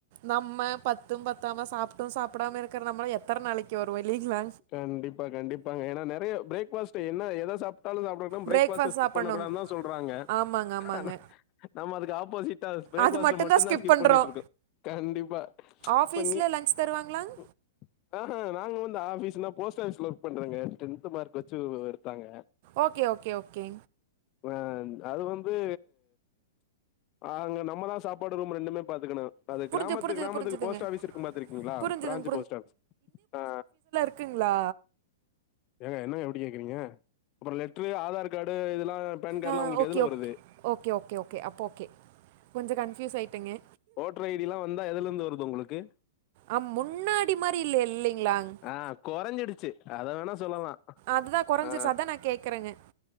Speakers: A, on the right; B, on the left.
A: நம்ம பத்தும் பத்தாம சாப்ட்டும் சாப்புடாம இருக்கிற நம்மல்லா எத்தன நாளைக்கி வருவோ இல்லைங்களா
B: கண்டிப்பா கண்டிப்பாங்க ஏன்னா நெறையா பிரேக் ஃபாஸ்ட் என்ன எத சாப்ட்டாலும் சாப்ட லும் பிரேக்
A: பிரேக்ஃபாஸ்ட்
B: ஃபாஸ்ட்ட ஸ்கிப்
A: சாப்பிட்ணுங்க
B: பண்ண கூடாது தான் சொல்றாங்க
A: ஆமாங்க ஆமாங்க
B: ஆனா நம்ம அதுக்கு ஆப்போசிட் ட்டா பிரேக்ஃபாஸ்ட்
A: அது மட்டும்தான்
B: மட்டுந்தா ஸ்கிப்
A: பண்ணுறோம்
B: பண்ணிட்ருக்கோ கண்டிப்பா
A: ஆஃபீஸில்
B: இப்ப நீ
A: லஞ்ச் தருவாங்களாங்க
B: ம் ஆ ஆ நாங்க வந்து ஆபீஸ்ன்னா போஸ்ட் ஆஃபீஸ்ல ஒர்க் பண்றங்க டென்த் மார்க் வச்சி எடுத்தாங்க
A: ஓகே ஓகே ஓகே
B: வேன் அது வந்து அ அங்க நம்மதான் சாப்பாடு ரூம் ரெண்டுமே பாத்துக்கணும் அது
A: புரிஞ்சு
B: கிராமத்துக்கு
A: புரிஞ்சுது
B: கிராமத்துக்கு
A: புரிஞ்சுதுங்க
B: போஸ்ட் ஆஃபீஸ் இருக்கும் பாத்துருக்கீங்களா
A: புரிஞ்சுதுங்க
B: பிரான்ச் போஸ்ட் ஆஃபீஸ் ஆ
A: க்குங்களா
B: ஏங்க என்னங்க இப்டி கேக்குறீங்க அப்பறோ லெட்ரு ஆதார் கார்டு இதெல்லாம் பேன் கார்டுலாம்
A: ஆ
B: உங்களுக்கு
A: ஓகே
B: எதுல வருது
A: ஓகே ஓகே ஓகே ஓகே அப்போ ஓகே கொஞ்ச கன்ஃப்யூஸ் ஆயிட்டேங்கே
B: ஓட்ரு ஐ டிலாம் வந்தா எதலந்து வருது உங்குளுக்கு
A: அ முன்னாடி மாரி இல்லே இல்லைங்களாங்
B: ஆ கொறைஞ்சிடுச்சு அத வேணா சொல்லலா
A: அதுதான் குறைஞ்சிருச்சு
B: ஆ
A: அதான் நான் கேட்குறேங்க